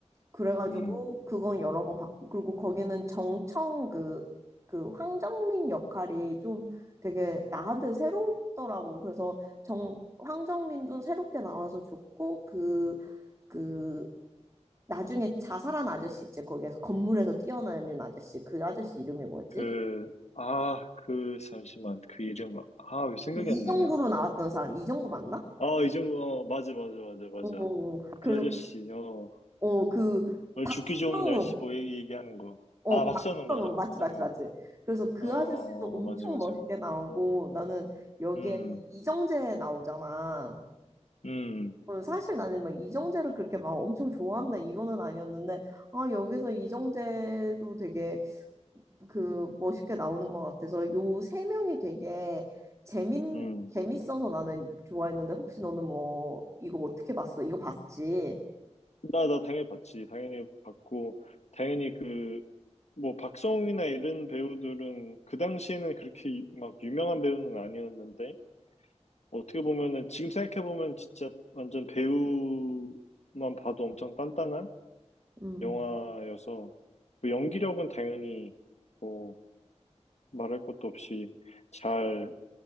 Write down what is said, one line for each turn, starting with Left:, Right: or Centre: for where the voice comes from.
Right: 그래가지고
Left: 음,
Right: 그건 여러 번 봤고 그리고 거기는 정청 그 그 황정민 역할이 좀 되게 나한테 새롭더라고. 그래서 정 황정민도 새롭게 나와서 좋고 그그 나중에 자살한 아저씨 있지 거기에서 건물에서 뛰어내린 아저씨 그 아저씨 이름이 뭐였지?
Left: 그, 아, 그 잠시만 그 이름, 아, 왜 생각이
Right: 이정구로
Left: 안 나냐?
Right: 나왔던 사람 이정구 맞나?
Left: 아, 이정구, 어, 맞아, 맞아, 맞아, 맞아.
Right: 어 어, 그래서
Left: 그 아저씨, 어,
Right: 어그
Left: 오늘 죽기 좋은
Right: 성우
Left: 날씨 뭐 얘기- 얘기하는 거.
Right: 어
Left: 아, 박선웅,
Right: 박성우
Left: 맞아, 박선웅.
Right: 맞지 맞지 맞지 그래서 그
Left: 어, 어,
Right: 아저씨도 엄청
Left: 어, 맞아, 맞아.
Right: 멋있게 나오고 나는 여기에
Left: 음,
Right: 그 이정재 나오잖아
Left: 음,
Right: 어, 사실 나는 막 이정재를 그렇게 막 엄청 좋아한다 이거는 아니었는데 아 여기서 이정재도 되게 그 멋있게 나오는 것 같아서 요 세 명이 되게 재민
Left: 음.
Right: 재밌어서 나는 좋아했는데 혹시 너는 뭐 이거 어떻게 봤어? 이거 봤지?
Left: 나, 나 당연히 봤지. 당연히 봤고, 당연히 그, 뭐, 박성웅이나 이런 배우들은 그 당시에는 그렇게 막 유명한 배우는 아니었는데, 어떻게 보면은, 지금 생각해보면 진짜 완전 배우만 봐도 엄청 단단한?
Right: 음,
Left: 영화여서 그 연기력은 당연히 뭐 말할 것도 없이 잘